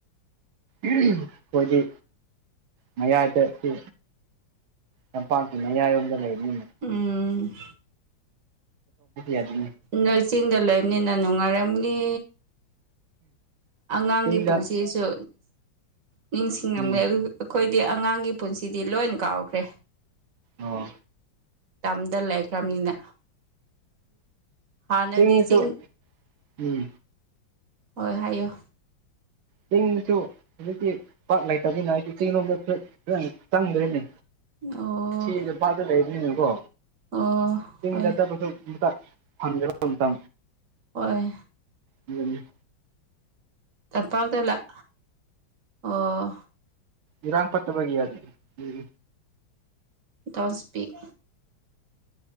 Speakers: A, on the right; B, on the right.
A: ꯑꯩꯈꯣꯏꯗꯤ ꯃꯌꯥꯗ ꯁꯤ ꯂꯝꯄꯥꯛꯀꯤꯅꯌꯥꯏ ꯌꯣꯝꯗ ꯂꯩꯅꯤ
B: ꯎꯝ
A: ꯌꯥꯗꯦꯅꯦ
B: ꯅꯣꯏ ꯆꯤꯡꯗ ꯂꯩꯕꯅꯤꯅ ꯅꯨꯡꯉꯥꯏꯔꯝꯅꯤ ꯑꯉꯥꯡꯒꯤ
A: ꯆꯤꯡꯗ
B: ꯄꯨꯟꯁꯤꯁꯨ ꯅꯤꯡꯁꯤꯡꯂꯝꯝꯃꯦꯦ
A: ꯎꯝ
B: ꯑꯩꯈꯣꯏꯗꯤ ꯑꯉꯥꯡꯒꯤ ꯄꯨꯟꯁꯤꯗꯤ ꯂꯣꯏ ꯀꯥꯎꯈ꯭ꯔꯦ
A: ꯑꯣ
B: ꯇꯝꯗ ꯂꯩꯈ꯭ꯔꯕꯅꯤꯅ ꯍꯥꯟꯅꯗꯤ
A: ꯎꯝꯁꯨ
B: ꯆꯤꯡ
A: ꯎꯝ
B: ꯍꯣꯏ ꯍꯥꯏꯌꯣ
A: ꯆꯤꯡꯁꯨ ꯍꯧꯖꯤꯛꯇꯤ ꯄꯥꯛ ꯂꯩꯇꯕꯅꯤꯅ ꯍꯥꯏꯗꯤ ꯆꯤꯡ ꯂꯣꯝꯗ ꯈꯤꯪ ꯆꯪꯗ꯭ꯔꯤꯅꯦ
B: ꯑꯣ
A: ꯁꯤ ꯅꯨꯄꯥꯇ ꯂꯩꯕꯅꯤꯅꯦꯀꯣ
B: ꯑꯣ
A: ꯇꯤꯡꯗ
B: ꯍꯣꯏ
A: ꯆꯠꯄꯁꯨ ꯍꯗꯔ ꯄꯨꯇ
B: ꯍꯣꯏ
A: ꯎꯝ
B: ꯇꯝꯄꯥꯛꯗ ꯂꯥꯛ ꯑꯣ
A: ꯏꯔꯥꯡꯄꯠꯇꯕꯒꯤ ꯌꯥꯗꯦ ꯎꯝ
B: ꯇꯁꯄꯤꯛ